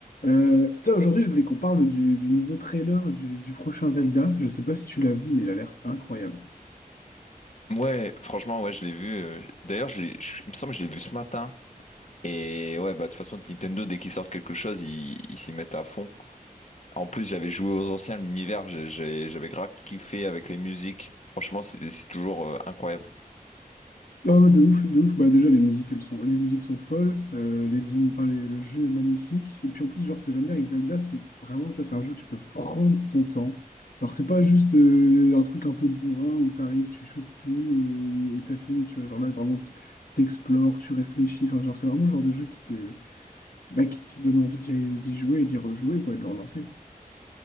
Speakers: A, on the left; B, on the left.
A: Euh, putain, aujourd'hui, je voulais qu'on parle du, du nouveau trailer du, du prochain Zelda. Je sais pas si tu l'as vu, mais il a l'air incroyable.
B: Ouais, franchement, ouais, je l'ai vu. euh, j- D'ailleurs, je l'ai- je- il me semble que je l'ai vu ce matin. Et ouais, bah de toute façon, Nintendo, dès qu'ils sortent quelque chose, ils ils s'y mettent à fond. En plus, j'avais joué aux anciens, l'univers, j'ai- j'ai- j'avais grave kiffé avec les musiques. Franchement, c'est c'est toujours euh, incroyable.
A: Non, mais de ouf, de ouf. Bah, déjà, les musiques, elles sont, les musiques sont folles. euh, les, im- enfin, les- le jeu est magnifique. Et puis, en plus, genre, ce que j'aime bien avec Zelda, c'est que vraiment, tu vois, c'est un jeu où tu peux prendre ton temps. Genre, c'est pas juste euh, un truc un peu bourrin où t'arrives, tu shootes tout euh, et t'as fini, tu vois. Genre là, vraiment, t- t'explores, tu réfléchis. Enfin, genre, c'est vraiment le genre de jeu qui te, bah, qui te donne envie d'y d'y jouer et d'y rejouer, quoi, et de le relancer.